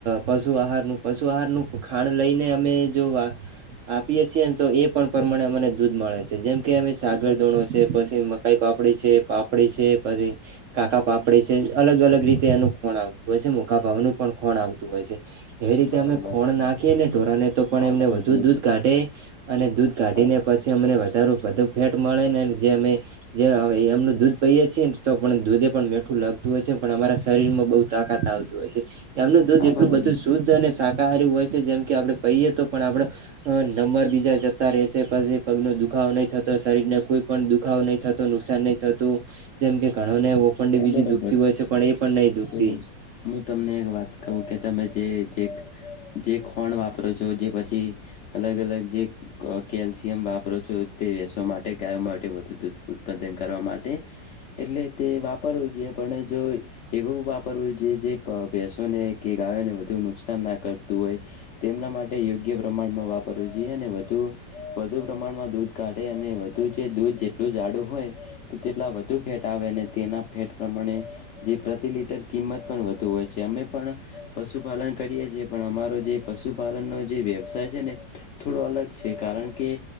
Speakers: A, on the right; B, on the left.
A: પશુ આહારનું પશુ આહારનું ખાંડ લઈને અમે જો વા આપીએ છીએ તો એ પણ પ્રમાણે અમને દૂધ મળે છે જેમ કે
B: હા,
A: <unintelligible> ધોણો
B: બ
A: છે પછી મકાઈ પાપ પાપડી છે પાપડી છે પછી કાકા પાપડી છે અલગ અલગ રીતે એનું કોણ આવત હોય છે મુખા ભાવનું પણ ખુંણ આવતું હોય છે એવી રીતે
B: બરોબર
A: અમે ખોણ
B: છે
A: નાખીએને ઢોરને તો પણ
B: વાપરવું
A: એમને વધુ
B: જોઈએ
A: દૂધ
B: તો
A: કાઢે અને દૂધ કાઢી
B: હા
A: ને પછી અમને વધ બધું ફેટ મળે ને જે અમે જે એમનું દૂધ પહીએે છીએને તો પણ દૂધે પણ મીઠું લાગતું હોય છે પણ અમારા શરીરમાં બઉ તાકાત આવતું હોય છે એમનું દૂધ
B: હા
A: એટલું
B: બરોબર
A: બધું શુદ્ધ
B: છે
A: અને શાકાહારી હોય છે જેમ કે આપડે પહીએ તો પણ આપડો નંબર બીજ જતા રહેશે પછી પગ નો દુખાવ નહી થતો શરીરને કોઈ પણ દુખાવો નઈ થતો નુકસાન નહી થતું જેમ કે ઘણો ને ઓપન
B: હા
A: બીજું
B: બરોબર
A: દુખતી હોય છે પણ એ પણ નહી દુખતી
B: તો હું તમને એક વાત કવ તમે જે ખોણ વાપ વાપરો છો જે પછી અલગ અલગ જે કેલ્શિયમ વાપરો છો, ભેસો માટે ગાયો માટે વધુ દૂધ ઉત્પાદન કરવા માટે એટલે તે વાપરવું જોઈએ પણ જો એવું વાપરવું જોઈએ જે ભેસોને કે ગાયો ને વધુ નુકસાન ના કરતું હોય તેમના માટે યોગ્ય પ્રમાણમાં વાપ પરવુ જ અને વધુ વધુ પ્રમાણમાં દૂધ કાઢે અને વધુ જે દૂધ જેટલું જાડું હોય તો તેટલા વધુ ફેટ આવે અને તેના ફેટ પ્રમાણે જે પ્રતિ લિટર કિંમત પણ વધુ હોય છે. અમે પણ પશુપાલન કરીએ છીએ પણ અમારો જે પશુપાલનનો જે વ્યવસાય છે ને થોડો અલગ છે કાર કારણ કે